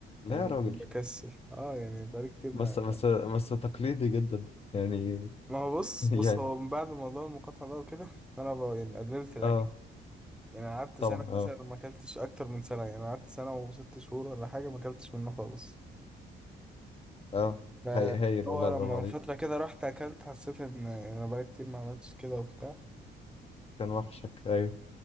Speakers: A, on the left (about 30°); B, in the centre.
A: لا
B: يعني
A: يا راجل
B: بكسل اه يعني بقالي كتير ما
A: بس بس بس تقليدي جدا يعني <laughs>
B: ما هو بص بص
A: يعني
B: هو من بعد موضوع المقاطعة ده وكده أنا بقى يعني قللت الأكل
A: اه
B: يعني قعدت
A: طبعا
B: سنة
A: اه
B: مثلا ما أكلتش أكتر من سنة يعني قعدت سنة وست شهور ولا حاجة ما أكلتش منه خالص
A: اه
B: ب-
A: هاي هايل
B: هو
A: والله برافو
B: لما
A: عليك
B: من فترة كده رحت أكلت حسيت إن أنا بقالي كتير ما عملتش كده وبتاع
A: كان وحشك ايوه